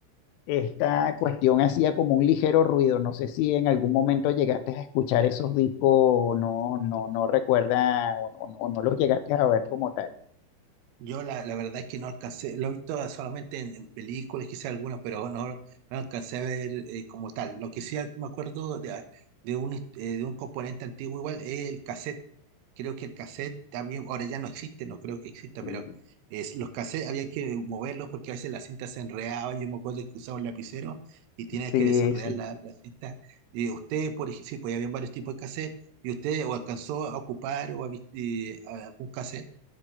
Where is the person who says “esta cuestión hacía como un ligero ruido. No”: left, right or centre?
Left